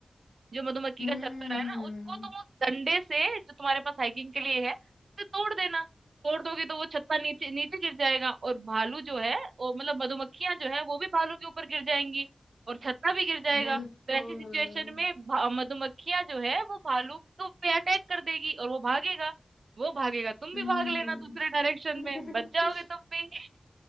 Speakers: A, on the right; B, on the left.
A: जो मधुमक्खी
B: हम्म
A: का छत्ता है ना उसको तुम उस डंडे से जो तुम्हारे पास हाइकिंग के लिए है उसे तोड़ देना तोड़ दोगे तो वो छत्ता नीचे नीचे गिर जाएगा और भालू जो है वो मतलब मधुमक्खियां जो है वो भी भालू के ऊपर गिर जाएंगी और छत्ता भी गिर जाएगा
B: बिल्कुल
A: तो ऐसी सिचुएशन में भा- मधुमक्खियां जो है वो भालू को पे अटैक कर देगी और वो भागेगा वो भागेगा तुम
B: हम्म
A: भी भाग लेना दूसरे डायरेक्शन
B: <laughs>
A: में बच जाओगे तुम भी